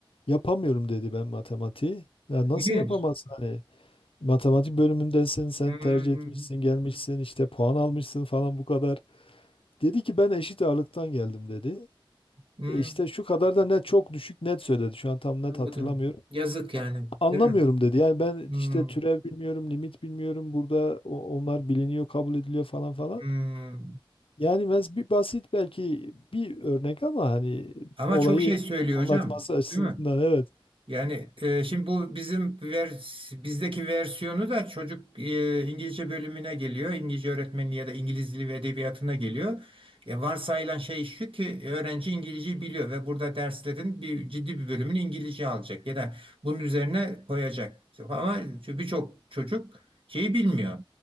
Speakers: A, on the left; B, on the right.
A: Yapamıyorum dedi ben matematiği. Ya nasıl
B: İlginç.
A: yapamazsın hani? Matematik bölümündesin, sen
B: Hı,
A: tercih etmişsin, gelmişsin, işte puan almışsın falan bu kadar. Dedi ki ben eşit ağırlıktan geldim dedi.
B: hı,
A: E İşte şu kadar da net çok düşük net söyledi. Şu an tam net
B: anladım.
A: hatırlamıyorum.
B: Yazık yani,
A: A- Anlamıyorum
B: değil mi?
A: dedi. Yani ben
B: Hı,
A: işte türev bilmiyorum, limit bilmiyorum. Burada o- onlar biliniyor, kabul ediliyor falan falan.
B: hı.
A: Yani mes bir basit belki bir örnek ama hani
B: Ama
A: olayı
B: çok şey söylüyor
A: anlatması
B: hocam,
A: açısından
B: değil mi?
A: evet.
B: Yani e, şimdi bu bizim vers bizdeki versiyonu da çocuk e, İngilizce bölümüne geliyor. İngilizce öğretmenliği ya da İngiliz dili ve edebiyatına geliyor. E, varsayılan şey şu ki öğrenci İngilizceyi biliyor ve burada derslerin bir ciddi bir bölümünü İngilizce alacak ya da bunun üzerine koyacak. Ama birçok çocuk şeyi bilmiyor.